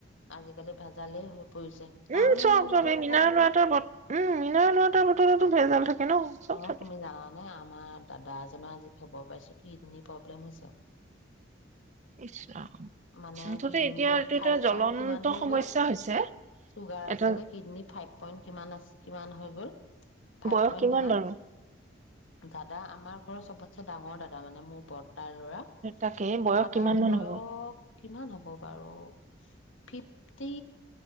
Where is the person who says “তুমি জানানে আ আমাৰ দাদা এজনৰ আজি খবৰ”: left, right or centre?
Left